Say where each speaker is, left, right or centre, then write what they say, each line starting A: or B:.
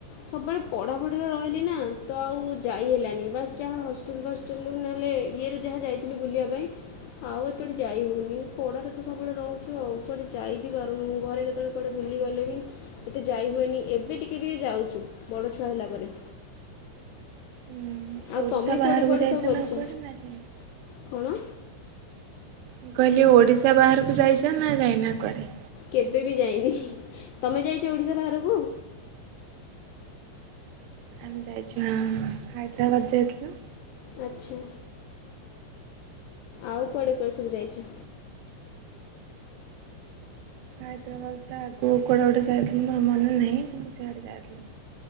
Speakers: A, on the left; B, on the right.
A: ସବୁବେଳେ ପଢ଼ାପଢ଼ିରେ ରହିଲିନା ତଆଉ ଯାଇ ହେଲାନି ବାସ୍ ଯାହା ହଷ୍ଟେଲ୍ ବାସ୍ ଲୁ ନହେଲେ ଇଏରୁ ଯାହା ଯାଇଥିଲି ବୁଲିବା ପାଇଁ ଆଉ ଏତେଟି ଯାଇ ହଉନି ପଢ଼ାରେତ ସବୁବେଳେ ରହୁଚୁ ଆଉ କୁଆଡ଼େ ଯାଇବିି ପାରୁନୁ ଘରେ କେତେବେଳେ କୁଆଡ଼େ ବୁଲିଗଲେବି ଏତେ ଯାଇହୁଏନି ଏବେ ଟିକେ ଟିକିଏ ଯାଉଚୁ। ବଡ଼ ଛୁଆ ହେଲା ପରେ।
B: ହୁଁ
A: ଆଉ
B: ଓଡିଶା
A: ତମେ
B: ବାହାରକୁ
A: କୁଆଡ଼େ କୁଆଡ଼େ
B: ଯାଇଚନା
A: ସବୁ ବୁଲିଛ
B: କୁଆଡ଼େ ନାଁ ଜାଇନ?
A: କଣ?
B: ମୁଁ କହିଲି ଓଡ଼ିଶା ବାହାରକୁ ଯାଇଚନା ନାଯାଇନା କୁଆଡ଼େ?
A: କେବେବି ଯାଇନି ତମେ ଯାଇଚ ଓଡ଼ିଶା ବାହାରକୁ?
B: ଆମେ ଯାଇଚୁ ହଁ ହାଇଦ୍ରାବାଦ୍ ଯାଇଥିଲୁ
A: ଆଚ୍ଛା ଆଉ କୁଆଡ଼େ କୁଆଡ଼େ ସବୁ ଯାଇଚ?
B: ହାଇଦ୍ରାବାଦ୍ ତାଆଗକୁ କୁଆଡ଼େ ଗୋଟେ ଯାଇଥିଲୁ ମୋର ମନେ ନାହିଁ କିନ୍ତୁ ସେଆଡ଼େ ଯାଇଥିଲୁ।